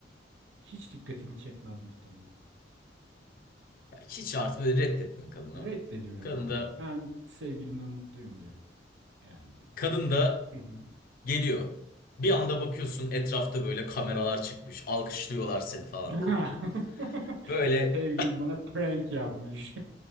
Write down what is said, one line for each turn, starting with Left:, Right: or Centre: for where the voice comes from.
Right: hiç dikkatimi çekmez muhtemelen.
Left: Ya hiç artık böyle reddettin kadını.
Right: Reddediyorum
Left: Kadın
Right: abi.
Left: da,
Right: Ben sevgilimle mutluyum derim. Yani.
Left: kadın da
Right: Hı hı.
Left: geliyor. Bir anda bakıyorsun etrafta böyle kameralar çıkmış. Alkışlıyorlar seni falan
Right: <laughs>
Left: filan. Böyle
Right: Sevgilim bana prank yapmış.